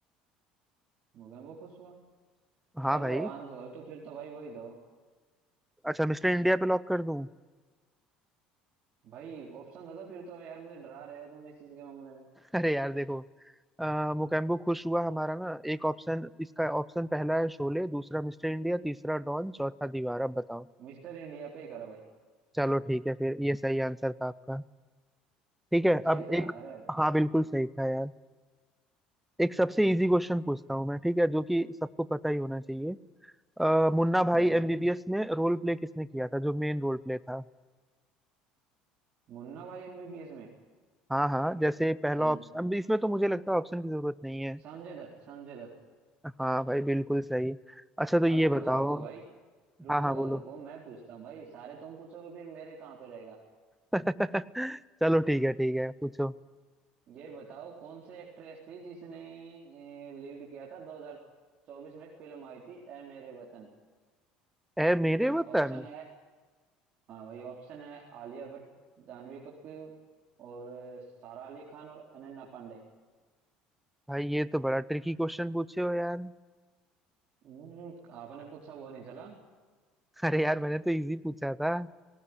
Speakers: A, on the right (about 50°); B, in the centre.
A: मोगेम्बो खुश हुआ
B: हाँ
A: चलो
B: भाई
A: आंसर अब तो फिर तो भाई वही दो
B: अच्छा मिस्टर इंडिया पे लॉक कर दूं
A: भाई ऑप्शन दे दो तो फिर तो यार मुझे डरा रहे हो तुम इस चीज के मामले में
B: अरे यार देखो आ, मुकेम्बो खुश हुआ हमारा ना एक ऑप्शन इसका ऑप्शन पहला है शोले दूसरा मिस्टर इंडिया तीसरा डॉन चौथा दीवार अब बताओ
A: मिस्टर इंडिया पे ही करो भाई
B: चलो ठीक है फिर ये सही आंसर था आपका ठीक है
A: सही
B: अब
A: था
B: एक
A: अरे वाह
B: हाँ बिल्कुल सही था यार एक सबसे इजी क्वेश्चन पूछता हूँ मैं ठीक है जो कि सबको पता ही होना चाहिए अ, मुन्ना
A: चलो
B: भाई एमबीबीएस में रोल प्ले किसने किया था जो मेन रोल प्ले था
A: मुन्ना भाई एमबीबीएस में
B: हाँ हाँ जैसे पहला
A: सं,
B: ऑप्शन अब इसमें तो मुझे लगता है ऑप्शन की जरूरत नहीं है
A: संजय दत्त संजय दत्त
B: हाँ भाई बिल्कुल सही अच्छा तो ये
A: अभी रुको
B: बताओ
A: रुको भाई रुको
B: हाँ हाँ बोलो
A: रुको मैं पूछता हूँ भाई सारे तुम पूछोगे फिर मेरे कहाँ पे रहेगा
B: <laughs> चलो ठीक है ठीक है पूछो
A: ये बताओ कौन सी एक्ट्रेस थी जिसने लीड किया था 2024 में एक फिल्म आई थी ए मेरे वतन
B: ए मेरे वतन
A: ऑप्शन है हाँ भाई ऑप्शन है आलिया भट्ट जानवी कपूर और अ, सारा अली खान और अनन्या पांडे
B: भाई ये तो बड़ा ट्रिकी क्वेश्चन पूछे हो यार
A: हम्म, आपने पूछा वो नहीं चला
B: <laughs> अरे यार मैंने तो इजी पूछा था